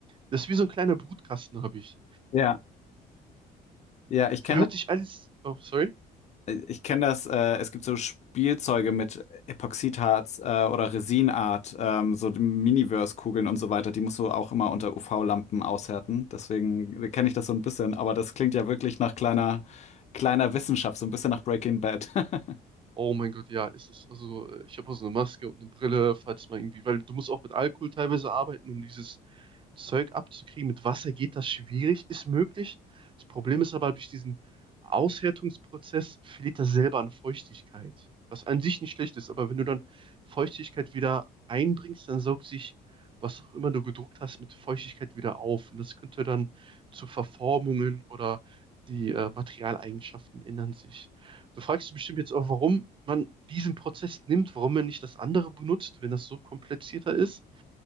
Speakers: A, on the right; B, on the left.
A: Das ist wie so ein kleiner Brutkasten, habe ich.
B: Ja, ja, ich kenne
A: Hört sich alles, oh, sorry.
B: Ich kenne das, äh, es gibt so Spielzeuge mit Epoxidharz äh, oder Resinart, ähm, so Miniverse-Kugeln und so weiter, die musst du auch immer unter UV-Lampen aushärten. Deswegen kenne ich das so ein bisschen, aber das klingt ja wirklich nach kleiner, kleiner Wissenschaft, so ein bisschen nach Breaking Bad. <laughs>
A: Oh mein Gott, ja, ist es. Also, äh, ich habe auch so eine Maske und eine Brille, falls mal irgendwie, weil du musst auch mit Alkohol teilweise arbeiten, um dieses Zeug abzukriegen. Mit Wasser geht das schwierig, ist möglich. Das Problem ist aber, durch diesen Aushärtungsprozess verliert das selber an Feuchtigkeit, was an sich nicht schlecht ist. Aber wenn du dann Feuchtigkeit wieder einbringst, dann saugt sich, was auch immer du gedruckt hast, mit Feuchtigkeit wieder auf. Und das könnte dann zu Verformungen oder die äh, Materialeigenschaften ändern sich. Du fragst dich bestimmt jetzt auch, warum man diesen Prozess nimmt, warum man nicht das andere benutzt, wenn das so komplizierter ist